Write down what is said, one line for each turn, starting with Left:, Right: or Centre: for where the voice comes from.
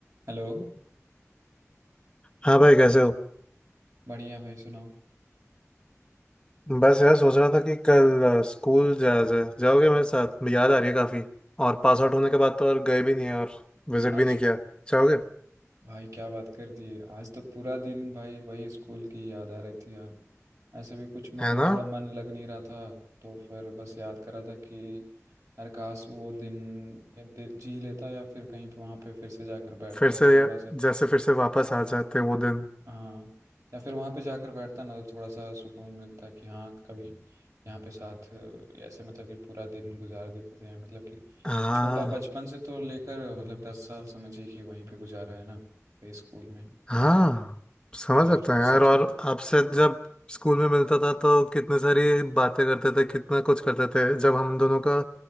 Right: हेलो
Left: हाँ भाई कैसे हो
Right: बढ़िया भाई सुनाओ
Left: बस यार सोच रहा था कि कल अ, स्कूल जाया जाए जाओगे मेरे साथ याद आ रही है काफ़ी और पास आउट होने के बाद तो और गए भी नहीं है और विजिट भी
Right: आज
Left: नहीं किया जाओगे
Right: भाई क्या बात कर दी है आज तो पूरा दिन भाई वही स्कूल की याद आ रही थी यार ऐसे भी कुछ मतलब
Left: है ना
Right: थोड़ा मन लग नहीं रहा था तो फिर बस याद कर रहा था कि यार काश वो दिन, या दिन जी लेता या फिर कहीं पे वहाँ पे फिर से जाकर बैठता
Left: फिर से
Right: तो थोड़ा सा
Left: जैसे फिर से वापस आ जाते वो दिन
Right: हाँ या फिर वहां पे जाकर बैठता ना तो थोड़ा सा सुकून मिलता कि हाँ कभी यहाँ पे साथ अ, ऐसे मतलब कि पूरा दिन गुजार देते थे मतलब कि
Left: हाँ
Right: छोटा बचपन से तो लेकर मतलब दस साल समझिए कि वहीं पे गुजारा है ना वही स्कूल में
Left: हाँ समझ
Right: तो यार
Left: सकता
Right: तो
Left: हूँ यार
Right: सच
Left: और
Right: में
Left: आपसे जब स्कूल में मिलता था तो कितने सारी बातें करते थे कितना कुछ करते थे जब हम दोनों का